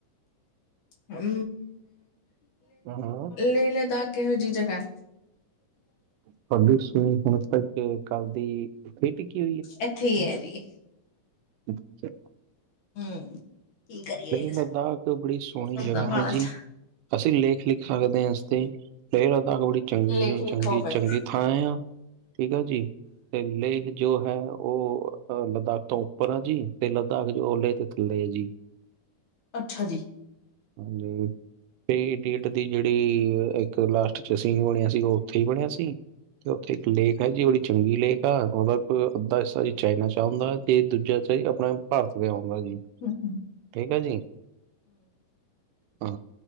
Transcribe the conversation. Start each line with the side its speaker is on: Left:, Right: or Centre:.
Left: ਹੂ
Right: ਹਾਂ
Left: ਲੇਦਾਖ ਕਿਹੋ ਜਿਹੀ ਜਗ੍ਹਾ।
Right: ਤੁਹਾਡੀ ਸੁਣੀ ਹੁਣ। ਤੱਕ ਕੱਲ ਦੀ ਫਿੱਟ ਕੀ
Left: ਇੱਥੇ ਹੀ ਹੈ ਜੀ।
Right: ਅੱਛਾ।
Left: ਹੂ ਕੀ ਕਰੀਏ।
Right: ਲਦਾਖ ਬੜੀ ਸੋਹਣੀ
Left: ਬੰਦਾ
Right: ਜਗ੍ਹਾ
Left: ਮਾੜਾ
Right: ਹੈ
Left: ਜ
Right: ਜੀ ਅਸੀਂ ਲੇਖ ਲਿਖ ਸਕਦੇ ਹੈ! ਇਸ ਤੇ ਇਹ ਲਹੋੜੀ ਚੰਗੀ
Left: ਲੇਖ
Right: ਜਾ
Left: ਲਿਖੋ
Right: ਚੰਗੀ,
Left: ਫਿਰ
Right: ਚੰਗੀ ਖਾ, ਆ ਠੀਕ ਆ ਜੀ ਤੇ ਲੇਹ ਜੋ, ਹੈ ਉਹ ਲਦਾਖ ਤੋਂ ਉੱਪਰ ਆ। ਜੀ ਤੇ ਲਦਾਖ ਜੋਓ ਲੇਹ ਤੇ ਥੱਲੇ ਹੈ ਜੀ
Left: ਅੱਛਾ ਜੀ।
Right: ਹਾਂਜੀ ਡੇਟ ਦੀ ਜਿਹੜੀ ਇੱਕ ਲਾਸਟ ਚ ਸੀਨ ਬਣਿਆ ਸੀ ਉਹ ਉੱਥੇ ਹੀ ਬਣਿਆ ਸੀ। ਤੇ ਉੱਥੇ ਇੱਕ ਲੇਕ ਹੈ! ਜੀ ਬੜੀ ਚੰਗੀ ਲੇਕ ਆ! ਮਤਲਬ ਕੋ ਅੱਧਾ ਹਿੱਸਾ ਜੀ ਚਾਈਨਾ ਚਾਾਹੁੰਦਾ ਤੇ ਦੂਜਾ ਤਾਂ ਜਾ ਆਪਣਾ ਭਾਰਤ ਦਾ ਆਉਂਦਾ ਜੀ।
Left: ਹੂ।
Right: ਠੀਕ ਹੈ ਜੀ ਹਾਂ